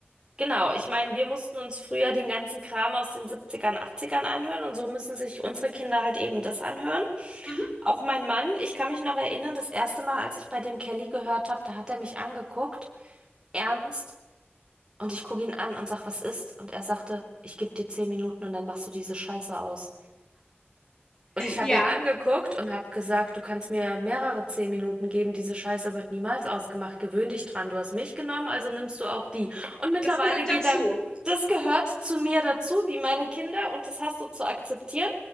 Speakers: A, on the right; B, on the left.
A: genau. Ich meine, wir mussten uns früher den ganzen Kram aus den Siebzigern, Achtzigern anhören und so müssen sich unsere Kinder halt eben das anhören.
B: Mhm.
A: Auch mein Mann, ich kann mich noch erinnern, das erste Mal, als ich bei dem Kelly gehört habe, da hat er mich angeguckt. Ernst? Und ich gucke ihn an und sag, was ist? Und er sagte, ich gebe dir zehn Minuten und dann machst du diese Scheiße aus. Und ich habe
B: Ja,
A: ihn angeguckt und habe gesagt, du kannst mir mehrere zehn Minuten geben, diese Scheiße wird niemals ausgemacht. Gewöhn dich dran. Du hast mich genommen, also nimmst du auch die. Und mittlerweile
B: das gehört
A: geht
B: dazu.
A: er, das gehört zu mir dazu, wie meine Kinder, und das hast du zu akzeptieren.